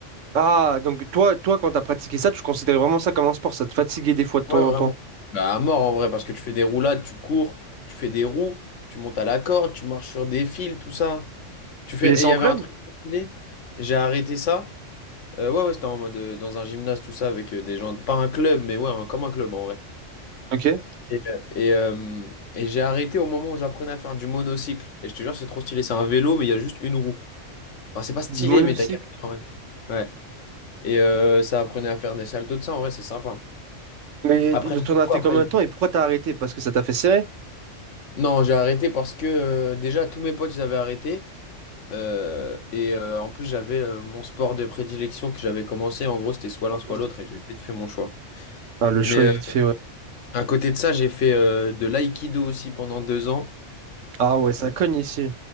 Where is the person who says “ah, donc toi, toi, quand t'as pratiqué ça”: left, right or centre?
Right